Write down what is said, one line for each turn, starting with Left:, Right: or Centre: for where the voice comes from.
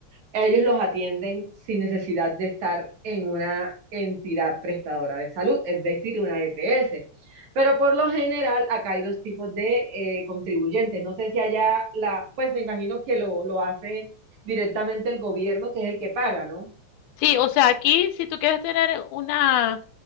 Right: ellos los atienden sin necesidad de estar en una entidad prestadora de salud, es decir, una EPS. Pero por lo general, acá hay dos tipos de eh, contribuyentes. No sé si allá la, pues me imagino que lo, lo hace directamente el gobierno, que es el que paga, ¿no?
Left: Sí, o sea, aquí si tú quieres tener una